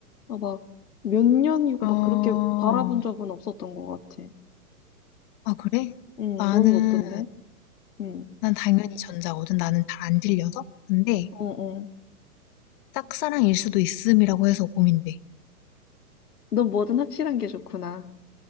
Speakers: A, on the left; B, on the left.
A: 아, 막, 몇 년이고
B: 아.
A: 막 그렇게 바라본 적은 없었던 것 같아.
B: 아 그래?
A: 응,
B: 나는
A: 너는 어떤데? 응,
B: 난 당연히 전자거든. 나는 잘 안 들려서. 근데
A: 어, 어.
B: 짝사랑일 수도 있음이라고 해서 고민돼.
A: 넌 뭐든 확실한 게 좋구나.